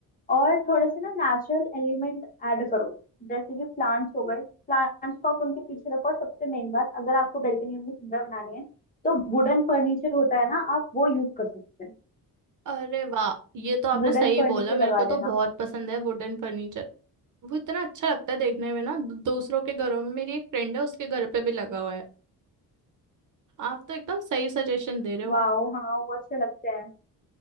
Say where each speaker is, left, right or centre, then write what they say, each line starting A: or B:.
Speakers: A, on the left; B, on the right.
A: और थोड़े से ना नेचुरल एलिमेंट ऐड करो जैसे कि प्लांट्स हो गए प्लांट्स को आप उनके पीछे रखो और सबसे मेन बात अगर आपको बेल्कनी में सुंदर बनानी है तो वुडन फर्नीचर होता है ना आप वो यूज कर सकते हैं
B: अरे वाह ये तो आपने
A: वुडन
B: सही
A: फर्नीचर
B: बोला मेरे
A: लगा
B: को तो
A: लेना
B: बहुत पसंद है वुडन फर्नीचर वो इतना अच्छा लगता है देखने में ना दू- दूसरों के घरों में मेरी एक फ्रेंड है उसके घर पे भी लगा हुआ है आप तो एकदम सही सजेशन दे रहे हो
A: वाओ हाँ वो अच्छे लगते हैं